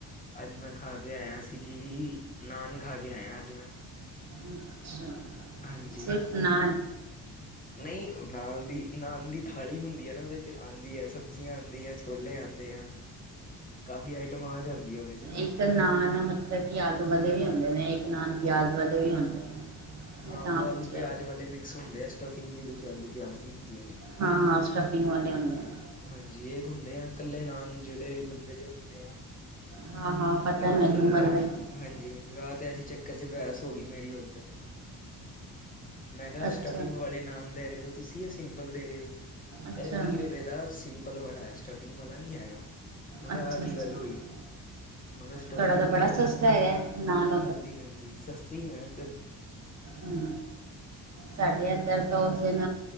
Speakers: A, on the left (about 20°); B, on the right (about 45°).
A: ਅੱਜ ਮੈਂ ਖਾ ਕੇ ਆਇਆ ਸੀ ਜੀ, ਨਾੱਨ ਖਾ ਕੇ ਆਇਆ ਅੱਜ ਮੈਂ।
B: ਅੱਛਾ,
A: ਹਾਂਜੀ
B: ਸਿਰਫ ਨਾੱਨ।
A: ਨਹੀਂ ੳ ਨਾਲ ਦੀ ਨਾਨ ਦੀ ਥਾਲੀ ਹੁੰਦੀ ਹੈ ਨਾ ਉਹਦੇ ਚ ਆਂਦੀ ਹੈ ਸਬਜ਼ੀਆਂ ਆਦੀਏ ਛੋਲੇ ਆਂਦੇ ਆ, ਕਾਫੀ ਆਈਟਮਾਂ ਆ ਜਾਂਦੀਆ ਉਹਦੇ ਚ। ਨਾ
B: ਇੱਕ ਨਾਨ ਮਤਲਬ ਕਿ ਆਲੂ ਵਾਲੇ ਵੀ ਹੁੰਦੇ ਨੇ, ਇੱਕ ਨਾਨ ਪਯਾਜ ਵਾਲੇ ਵੀ ਹੁੰਦੇ ਨੇ।
A: ਹਾਂ,
B: ਮੈਂ ਤਾਂ
A: ਓ ਆਲੂ
B: ਪੁੱਛਿਆ
A: ਪੇਯਾਜ ਵਾਲੇ ਮਿਕਸ ਹੁੰਦੇ ਆ ਸਟਫਿੰਗ ਜਿਦੇ ਚ ਆਲੂ ਪਯਾਜ ਦੀ ਹੁੰਦੀ ਐ ਨਾ
B: ਹਾਂ-ਹਾਂ ਸਟਫਿੰਗ ਵਾਲੇ ਹੁੰਦੇ ਆ
A: ਹਾਂਜੀ, ਏਕ ਹੁੰਦੇ ਆ ਕੱਲੇ ਨਾੱਨ ਜਿਹੜੇ ਲੰਬੇ ਜਿਹੇ ਹੁੰਦੇ ਆ।
B: ਹਾਂ ਹਾਂ ਪਤਾ
A: ਰਾਤ
B: ਮੈਨੂੰ
A: ਰਹਾਂ
B: ਮਤਲਬ ਕਿ-
A: ਹਾਂਜੀ, ਹਾਂਜੀ ਰਾਤ ਐਸੇ ਚੱਕਰ ਚ ਬੈਸ ਹੋ ਗੀ ਮੇਰੀ ਓੱਧਰ ਮੈਂ ਕੇਆ
B: ਅੱਛਾ
A: ਸਟਫਿੰਗ ਵਾਲੇ ਨਾਨ ਦੇ ਰੇ ਓ ਤੁਸੀ ਯਾ ਸਿੰਪਲ ਦੇ ਰੇ ਓ,
B: ਅੱਛਾ
A: ਕੈ ਰੇ ਤੀਹ ਰੁਪੇ ਕੈਂਦਾ ਸਿੰਪਲ ਵਾਲਾ ਐ, ਸਟਫਿੰਗ ਵਾਲਾ ਨੀ ਹੈਗਾ, ਮੈਂ ਖਾ
B: ਅੱਛਾ
A: ਆ ਕੀ
B: ਅੱਛਾ
A: ਗਲ ਹੋਈ। ਮੈਂ ਕੇਹਾ ਸਟਫਿੰਗ
B: ਤੁਹਾਡਾ ਤਾਂ
A: ਵਾਲਾ
B: ਬੜਾ ਸਸਤਾ
A: ਦੋ,
B: ਹੈਗਾ ਨਾਨ
A: ਹਾਂਜੀ-ਹਾਂਜੀ ਸਸਤੀ ਐਂ ਐੱਧਰ।
B: ਹੂ ਸਾਡੇ ਐੱਧਰ ਤੋ ਓਸ ਦਿਨ